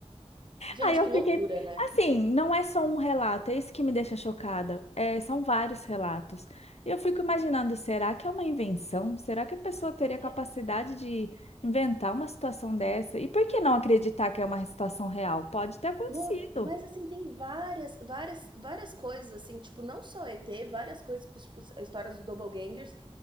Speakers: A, on the right; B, on the left.
A: Gente,
B: Aí eu
A: que
B: fiquei,
A: loucura, né.
B: assim, não é só um relato, é isso que me deixa chocada. É, são vários relatos. E eu fico imaginando, será que é uma invenção? Será que a pessoa teria
A: É,
B: capacidade de inventar uma situação dessa? E por que não acreditar que é uma situação real? Pode ter acontecido.
A: não, mas assim, tem várias várias várias coisas, assim, tipo, não só ET, várias coisas, tipo, as histórias do doppelgangers,